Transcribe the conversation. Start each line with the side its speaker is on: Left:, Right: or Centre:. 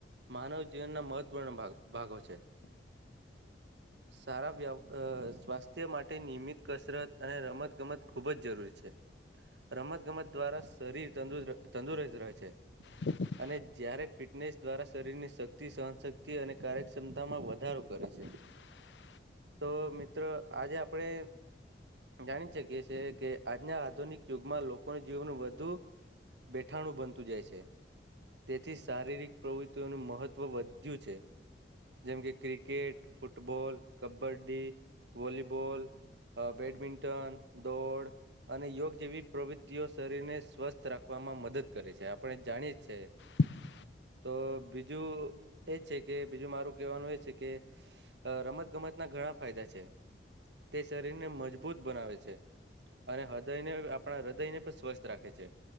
Right: માનવ જીવનના મહત્વનો ભાગ. ભાગો છે સારા વ સ્વાસ્થ્ય માટે નિયમિત. કસરત અને રમતગમત ખૂબ જ જરૂરી છે. રમત ગમત દ્વારા શરીર તુસ્ત તંદુરસ્ત રહે છે.
Left: હ <unintelligible> <unintelligible>
Right: અને જ્યારે ફિટનેસ દ્વારા શરીરની શક્તિ સહનશક્તિ અને કાર્યક્ષમતામાં વધારો કરે છે.
Left: <inaudible> <unintelligible>
Right: તો મિત્ર આજે આપણે જાણી શકીએ છીએ કે આજના આધુનિક યુગમાં લોકોનું જીવન વધુ બેઠાણું બનતું જાય છે. તેથી શારીરિક પ્રવૃત્તિઓનું મહત્વ વધ્યું છે. જેમ કે ક્રિકેટ ફૂટબોલ કબડ્ડી વોલીબોલ. અ બેડમિંન્ટન દોડ. અને યોગ જેવી પ્રવૃત્તિઓ શરીરને સ્વસ્થ રાખવામાં મદદ કરે છે આપણે જાણીએ જ છે.
Left: હ <unintelligible>
Right: તો બીજું એ છે કે બીજું મારું કેવાનું એ છે કે અ રમત ગમતના ઘણા ફાયદા છે. તે શરીરને મજબૂત બનાવે છે. અને હૃદયને આપણા હૃદયને પણ સ્વસ્થ રાખે છે.